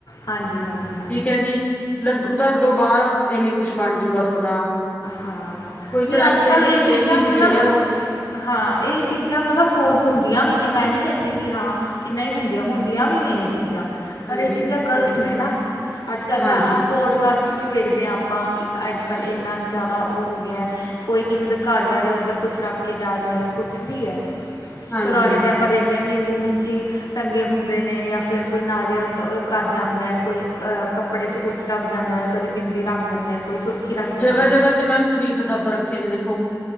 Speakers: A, on the left; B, on the left.
A: ਹਾਂਜੀ-ਹਾਂਜੀ ਹਾ।
B: ਠੀਕ ਐ ਜੀ ਲੱਡੂ ਧਰਦੋ ਬਾਹਰ ਐਵੇਂ ਕੁਛ ਬਣ ਜੂਗਾ ਤੁਹਾਡਾ
A: ਹਾਂ
B: ਕੋਈ ਚ
A: ਨਹੀਂ
B: ਰਸਤੇ
A: ਅੱਜ-ਕੱਲ੍ਹ
B: ਦੇ ਵਿੱਚ
A: ਇਹ ਚੀਜ਼ਾਂ
B: ਚੀਜ਼
A: ਮਤਲਬ
B: ਗੇਰਿਆ ਉਹ
A: ਹਾਂ ਇਹ ਚੀਜ਼ਾਂ ਮਤਲਬ ਹੋ ਹੁੰਦੀਆਂ ਵੀ ਨੇ ਮੈਂ ਨੀ ਕਹਿੰਦੀ ਕਿ ਹਾਂ। ਕਿੰਨਾ ਹੀ ਹੁੰਦੀਆਂ-ਹੁੰਦੀਆਂ ਵੀ ਨੇ ਇਹ ਚੀਜ਼ਾਂ
B: ਹਾਂਜੀ।
A: ਗਲਤ
B: ਹਾਂ
A: ਨੇ ਨਾ ਅੱਜ-ਕੱਲ੍ਹ
B: ਹਾਂਜੀ
A: ਮੈਂ ਆਪ ਪੋਡਕਾਸਟ 'ਚ ਵੀ ਵੇਖਦੇ ਹਾਂ ਆਪਾਂ ਕਿ ਅੱਜ-ਕੱਲ੍ਹ ਇੰਨਾ ਜ਼ਿਆਦਾ ਉਹ ਹੋ ਗਿਆ ਐ। ਕੋਈ ਕਿਸੇ ਦੇ ਘਰ ਜਾ ਰਿਹਾ ਉੱਧਰ ਕੁਛ ਰੱਖ ਕੇ ਜਾ ਰਿਹਾ ਐ ਕੁਛ ਵੀ ਐ।
B: ਹਾਂਜੀ
A: ਚੁਰਾਹੇ 'ਤੇ ਆਪਾਂ ਦੇਖਦੇ ਹਾਂ ਨਿੰਬੂ ਮਿਰਚੀ ਟੰਗੇ ਹੁੰਦੇ ਨੇ ਜਾਂ ਫਿਰ ਕੋਈ ਨਾਰੀਅਲ ਅ ਕਰ ਜਾਂਦਾ ਐ ਕੋਈ ਅ ਕੱਪੜੇ ਚ ਕੁਛ ਰੱਖ ਜਾਂਦਾ ਐ ਕਦੇ ਬਿੰਦ ਬੀਦੀ ਰੱਖ ਜਾਂਦਾ ਕੋਈ ਸੁਰਖੀ ਰੱਖ ਜਾਂਦਾ
B: ਜਗ੍ਹਾ
A: ਐ।
B: ਜਗ੍ਹਾ ਮੈਮ ਤਵੀਤ ਤੇ ਦੱਬ ਰੱਖੇ ਨੇ ਦੇਖੋ।